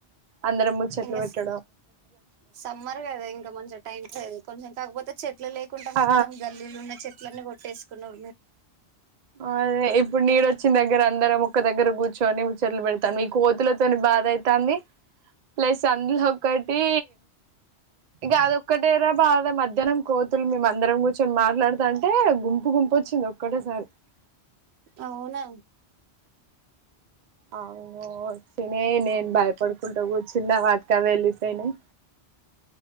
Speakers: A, on the right (about 55°); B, on the right (about 75°).
A: అందరం ముచ్చట్లు
B: ఇంకా
A: పెట్టి
B: సమ్మర్ కదా ఇంకా మంచిగా టైమ్స్ కొంచం కాకపోతే చెట్లు లేకుండా
A: ఆ
B: మొత్తం గల్లీలు ఉన్న చెట్లన్నీ కొట్టేసుకునం
A: అదే ఇప్పుడు నీడొచ్చిన దగ్గర అందరం ఒక్క దగ్గర కూర్చొని ముచ్చట్లు పెడతాము ఈ కోతులతోని బాధ అయితాంది ప్లస్ అందులో ఒకటి ఇగ అద ఒక్కటేరా బాధ మధ్యాహ్నం కోతులు మేమందరం కూర్చొని మాట్లాడతా అంటే గుంపు గుంపు ఒచ్చింది ఒక్కటేసారి
B: అవునా
A: అవును వచ్చినయి నేను భయపడుకుంటా కూర్చున్నా వాటికావెళ్ళిపోయినయ్